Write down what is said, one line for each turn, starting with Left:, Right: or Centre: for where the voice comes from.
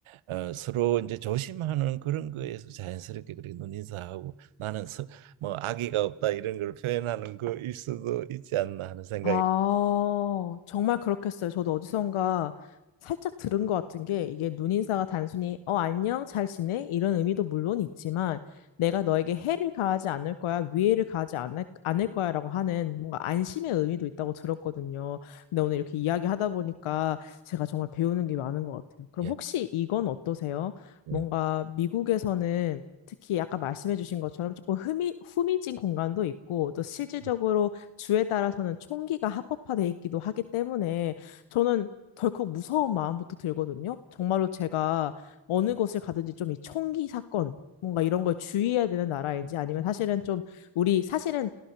Right: 어, 서로 이제 조심하는 그런 거에서 자연스럽게 그렇게 눈인사하고 나는 서, 뭐 악의가 없다 이런 걸 표현하는 거일 수도 있지 않나 하는 생각이
Left: 아, 정말 그렇겠어요. 저도 어디선가 살짝 들은 것 같은 게 이게 눈인사가 단순히 어, 안녕, 잘 지내? 이런 의미도 물론 있지만 내가 너에게 해를 가하지 않을 거야, 위해를 가하지 않을, 않을 거야라고 하는 뭔가 안심의 의미도 있다고 들었거든요. 근데 오늘 이렇게 이야기하다 보니까 제가 정말 배우는 게 많은 것 같아요. 그럼
Right: 예.
Left: 혹시 이건 어떠세요?
Right: 예.
Left: 뭔가 미국에서는 특히 아까 말씀해주신 것처럼 조금 흠이, 후미진 공간도 있고 또 실질적으로
Right: 예,
Left: 주에 따라서는 총기가 합법화돼 있기도 하기 때문에 저는 덜컥 무서운 마음부터 들거든요. 정말로 제가 어느 곳을 가든지 좀 이 총기 사건 뭔가 이런 걸 주의해야 되는 나라인지 아니면 사실은 좀 우리 사실은